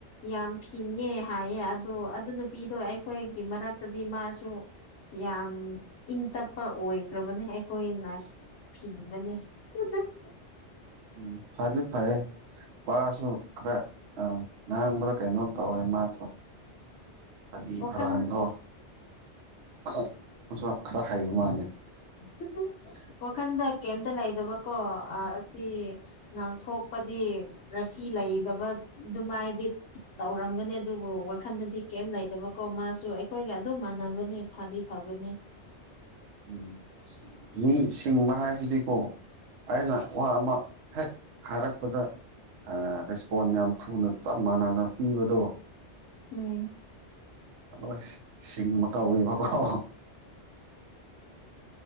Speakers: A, on the left (about 80°); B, on the right (about 70°).
A: ꯌꯥꯝ ꯐꯤꯡꯉꯦ ꯍꯥꯏꯌꯦ ꯑꯗꯣ ꯑꯗꯨꯅ ꯄꯤꯗꯣ ꯑꯩꯈꯣꯏꯒꯤ ꯃꯔꯛꯇꯗꯤ ꯃꯥꯁꯨ ꯌꯥꯝ ꯏꯪ ꯇꯞꯄ ꯑꯣꯏꯈ꯭ꯔꯕꯅꯦ ꯑꯩꯈꯣꯏꯅ ꯐꯤꯡꯕꯅꯦ ꯑꯍ <unintelligible>
B: ꯎꯝ ꯐꯗꯤ ꯐꯩꯌꯦ ꯃꯥꯁꯨ ꯈꯔ ꯑꯥ ꯉꯥꯡꯕꯗ ꯀꯩꯅꯣꯝ ꯇꯧꯋꯦ ꯃꯥꯁꯨ ꯐꯥꯒꯤ
A: ꯋꯥꯈꯜ
B: ꯐꯔꯥꯡꯗꯣ <unintelligible> ꯃꯥꯁꯨ ꯈꯔ ꯍꯩꯕ ꯃꯥꯜꯂꯦ
A: ꯍꯝꯍꯝ ꯋꯥꯈꯟꯗ ꯀꯩꯝꯇ ꯂꯩꯗꯕꯀꯣ ꯑ ꯑꯁꯤ ꯉꯥꯡꯊꯣꯛꯄꯗꯤ ꯔꯥꯁꯤ ꯂꯩꯗꯕ ꯑꯗꯨꯃꯥꯏꯗꯤ ꯇꯧꯔꯝꯒꯅꯤ ꯑꯗꯨꯕꯨ ꯋꯥꯈꯟꯗꯗꯤ ꯀꯩꯝ ꯂꯩꯇꯕꯀꯣ ꯃꯥꯁꯨ ꯑꯩꯈꯣꯏꯒ ꯑꯗꯨꯝ ꯃꯥꯟꯅꯕꯅꯦ ꯐꯗꯤ ꯐꯕꯅꯦ
B: ꯎꯝ ꯃꯤ ꯁꯤꯡꯕ ꯍꯥꯏꯁꯤꯗꯤꯀꯣ ꯑꯩꯅ ꯋꯥ ꯑꯃ ꯍꯦꯛ ꯍꯥꯏꯔꯛꯄꯗ ꯑ ꯔꯦꯁꯄꯣꯟ ꯌꯥꯝ ꯊꯨꯅ ꯆꯞ ꯃꯥꯟꯅꯅ ꯄꯤꯕꯗꯣ
A: ꯎꯝ
B: ꯑꯣꯏ ꯁꯤꯡꯕ ꯀꯧꯋꯦꯕꯀꯣ